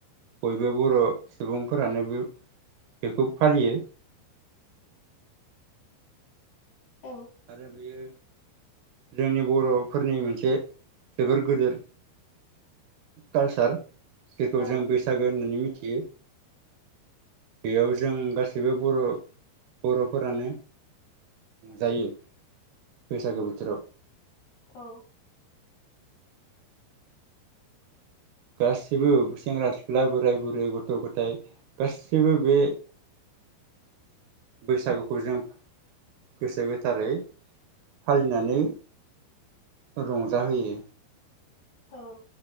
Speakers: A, on the right; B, on the left.
A: बयबो बर' सुबुंफोरानो बे-बेखौ फालियो।
B: औ
A: आरो बेयो जोंनि बर'फोरनि मोनसे जोबोर गोदोर कालचार बेखौ
B: औ
A: जों बैसागो होननानै मि थियो बेयाव जों गासैबो बर' बर'फोरानो जायो बैसागो बोथोराव
B: औ
A: गासैबो सेंग्रा सिख्ला बोराय बुरै गथ' गथाइ गासैबो बे बैसागुखौ जों गोसो गोथारै फालिनानै रंजाहोयो।
B: औ